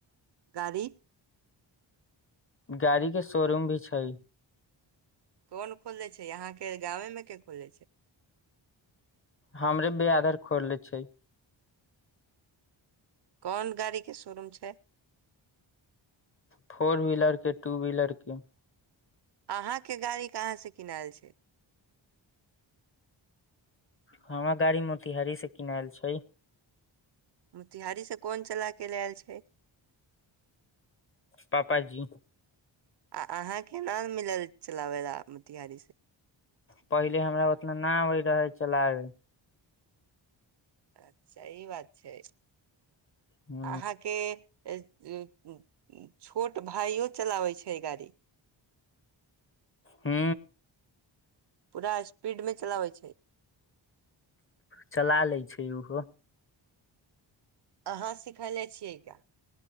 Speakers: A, on the right; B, on the left.
A: गाड़ी
B: गाड़ी कऽ शोरूम भी छै
A: कोन खोलले छै अहाँकेँ गाँव मे केँ खोले छै
B: हमरे बेरादर खोलले छै
A: कोन गाड़ी केँ शोरूम छै
B: फोर व्हीलर केँ टू व्हीलर केँ
A: अहाँ केँ गाड़ी कहाँ से किनैल छै
B: हमरा गाड़ी मोतिहारी से किनैल छै
A: मोतिहारी से कोन चला केँ लैल छै
B: पापा जी
A: आ अहाँकेँ ना मिलल चलाबे ला मोतिहारी से
B: पहिले हमरा उतना ना आबे रहे चलाबे
A: अच्छा ई बात छै <inaudible>
B: ह
A: अहाँकेँ <inaudible> छोट भाययो चलाबे छै गाड़ी
B: हू
A: पूरा स्पीड में चलाबै छै
B: चला लै छै उहो
A: अहाँ सिखले छियै का